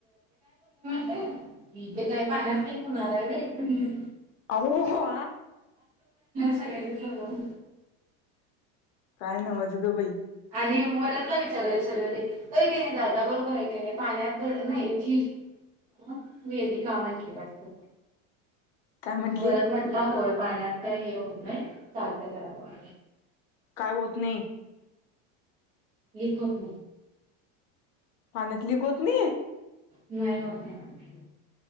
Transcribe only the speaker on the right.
इठीके काय पाण्यातक होणार आहे र
सगळ्यांनी बरोर
आणि वर्यातला विचारावी शरीरी क नाही दादा बरोबर आहे क नाही पाण्यात नाही जी ह वीधी का माितली वाटते
वरच म्हटलं होय पाण्यात काय हे होत नाही. चालत त्याला पण
लिखक
नाही होत नाही.